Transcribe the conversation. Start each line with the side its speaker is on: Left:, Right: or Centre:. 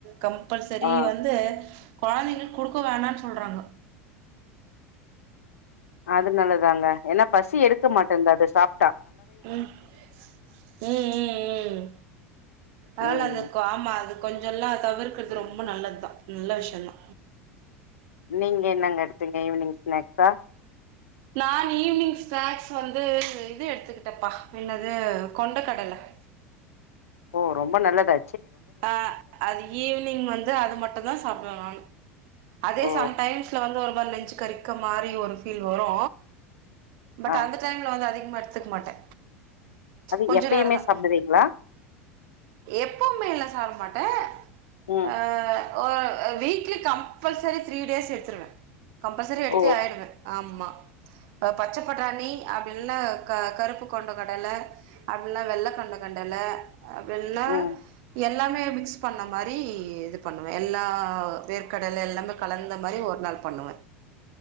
Right: கம்பல்சரி
Left: ஆ
Right: வந்து கொழந்தைங்களுக்கு குடுக்க வேணான்னு சொல்றாங்க
Left: அது நலாதாங்க ஏன்னா பசி எடுக்க மாட்டிந்து அத சாப்
Right: உம் <inaudible> உம் உம் உம் அதனால
Left: ம்
Right: க அது ஆமா கொஞ்சு லா தவிர்க்கறது ரொம்ப நல்லத்தா நல்ல விஷியம் தா
Left: நீங்க என்னங்க எடுத்துங்க ஈவினிங் ஸ்நாக்ஸா
Right: நான் ஈவினிங் ஸ்நாக்ஸ் வந்து இது எடுத்துக்கிட்டப்பா என்னது கொண்ட கடலஃ
Left: ஓ ரொம்ப நல்லதா
Right: ஆ அது ஈவினிங் வந்து அது மட்டுதா சாப்பிடுவே நானு அதே
Left: ஓ
Right: சம்டைம்ஸ்ல வந்து ஒரு ஒருமாரி நெஞ்சு கறிக்க மாரி ஒரு ஃபீல் வரு பட்
Left: ஆ
Right: அந்த டைம்ல வந்து அதிக <unintelligible> எடுத்துக்க மாட்டே
Left: அது
Right: கொஞ்சு
Left: எப்பயுமே
Right: நேரோ தா
Left: சாப்டுவீங்களா
Right: எப்பவுமே இல்ல வர மாட்டே
Left: ம்
Right: ஆ ஒ வீக்லி கம்பல்சரி த்ரீ டேஸ் எடுத்துடுவே கம்பல்சரி எடுத்தே
Left: ஓ
Right: ஆயிடுவே ஆமா பச்சே பட்டாணி அப்படின்ல்ல க கருப்பு கொண்ட கடல அப்படிஇல்லன வெள்ள கொண்ட கடல அபிடில்னா
Left: ம்
Right: எல்லாமே மிக்ஸ் பண்ண மாரி இது பண்ணுவே எல்லா வேர்க்கடல எல்லாமே கலந்த மாரி ஒரு நாள் பண்ணுவே